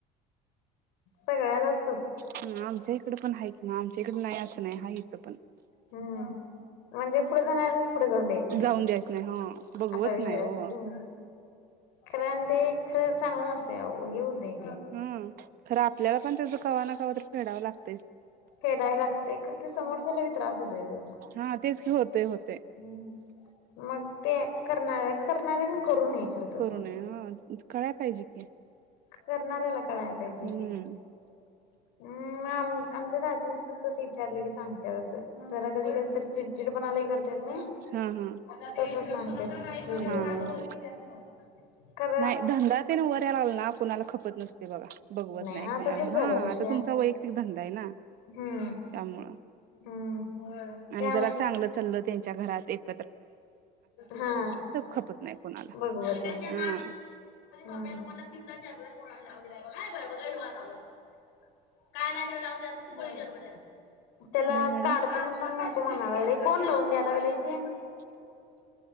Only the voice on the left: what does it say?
सगळ्यालाच -
हम्म म्हणजे पुढ जाणाऱ्याला पुढ जाऊन द्यायचं नाही
असा विषय
असतो. कारण ते खरं चांगलं नसतय, आहो हे होतय.
फेडाय लागतय खरं ते समोरच्यालाबी त्रास होतोय व्ह त्याचा.
हं - मग. ते करणाऱ्या करणाऱ्याने करू नये. खरं तसं.
करणाऱ्याला कळाया पाहिजे
ते. हम्, आम आमच्या दाजेंची पण तस विचारले की सांगत्याय असं, जरा कधी कधी तर चिडचिड पना लय कर <unintelligible>
तस सांगत्यात
<unintelligible> खर-
हा
तसंच झालंय
विषय
हम्म.
हम्म
ते आमचंच
हा,
बघवत नाही, हं
<unintelligible> त्याला
काढतो मुद्दाम म. त म्हणाले लई ताण लावून द्यायला लागले इथे.